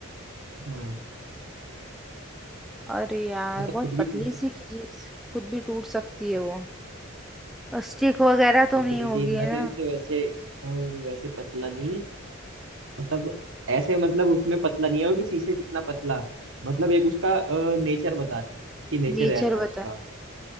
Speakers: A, on the right; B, in the centre.
A: हाँ
B: अरे यार
A: मतलब
B: बहुत
A: खुद भी
B: पतली
A: टूट
B: सी की चीज खुद भी टूट सकती है वो स्टिक वगैरह तो
A: पतली
B: नहीं होगी
A: सी इन द
B: है ना
A: सेंस वैसे अ, वैसे पतला नहीं मतलब ऐसे मतलब उसमें पतला नहीं है वो कि शीशे जितना पतला मतलब एक उसका नेचर बता रहे हैं कि नेचर
B: नेचर
A: ऐसा है
B: बता
A: उसका